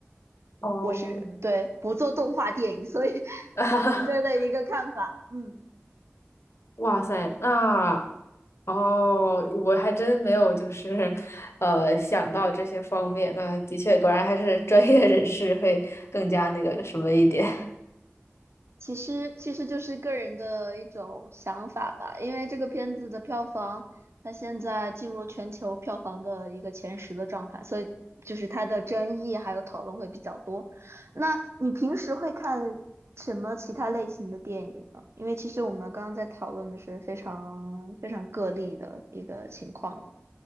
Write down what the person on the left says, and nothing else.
哦，
<laughs> 啊哈哈，
啊，
哇塞，那哦，我还真没有就是，呃，想到这些方面。那的确，果然还是专业人士会更加那个什么一点。